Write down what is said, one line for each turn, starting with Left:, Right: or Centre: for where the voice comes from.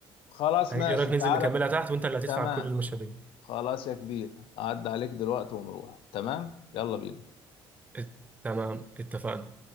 Left: خلاص
Right: هن-
Left: ماشي
Right: ايه رايك ننزل
Left: تعالى
Right: نكملها تحت وانت اللي هتدفع
Left: تمام
Right: كل المشاريع
Left: خلاص يا كبير أعد عليك دلوقتي ونروح تمام يلا بينا
Right: ات- تمام اتفقنا